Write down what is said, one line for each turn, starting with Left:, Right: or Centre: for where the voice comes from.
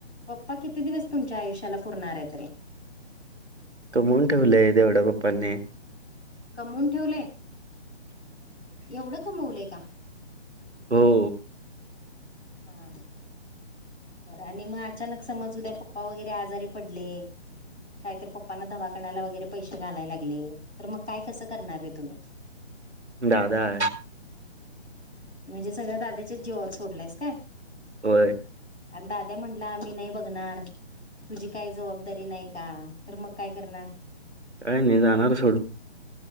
Left: पप्पा किती दिवस तुमच्या आयुष्याला पुरणार आहे त रे?
Right: कमवून ठेवलेय तेवढं पप्पांनी.
Left: कमवून ठेवलंय? एवढं कमवलंय का?
Right: हो.
Left: हां. आणि मग अचानक समज उद्या पप्पा वगैरे आजारी पडले? कायतर पप्पांना दवाखान्याला वगैरे पैशे घालाय लागले तर मग काय कसं करणार रे तुम्हीं?
Right: दादा हाये.
Left: म्हणजे सगळ दादाच्या जिवावर सोडलायस काय?
Right: होय.
Left: आण दाद्या म्हंटला मी नाही बघणार? तुझी काही जबाबदारी नाही का तर मग काय करणार?
Right: काही नाही जाणार सोडून.